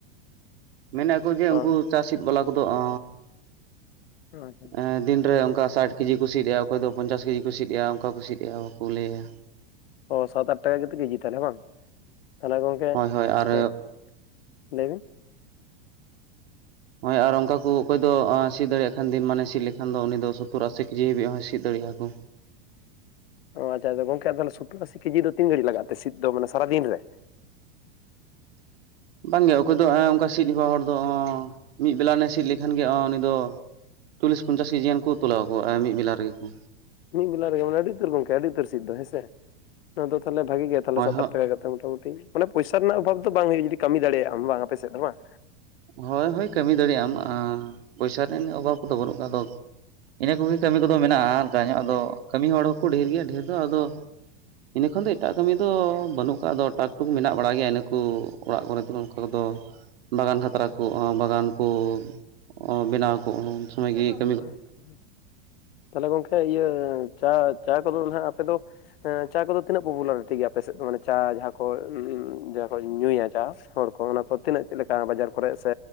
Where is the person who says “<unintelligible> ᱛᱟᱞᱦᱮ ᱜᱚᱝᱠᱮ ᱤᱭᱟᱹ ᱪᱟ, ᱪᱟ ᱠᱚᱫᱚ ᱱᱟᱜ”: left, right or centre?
Left